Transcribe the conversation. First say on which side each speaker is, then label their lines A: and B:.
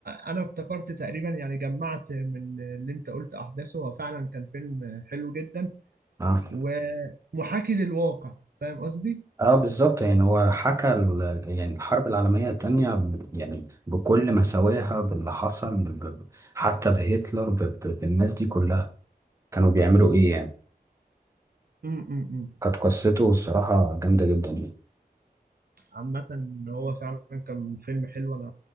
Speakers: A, on the right; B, on the right.
A: انا افتكرت تقريبا يعني جمعت من اللي انت قلت احداثه هو فعلا كان فيلم حلو جدا
B: اه
A: ومحاكي للواقع فاهم قصدي
B: اه بالظبط يعني هو حكى ال- يعني الحرب العالمية التانية ب- يعني بكل مساواها باللي حصل ب- ب- حتى بهتلر ب- ب- بالناس دي كلها كانوا بيعملوا ايه يعني
A: مم، مم، مم.
B: كانت قصته الصراحة جامدة جدا يعني
A: عامة هو فعلا كان فيلم حلو انا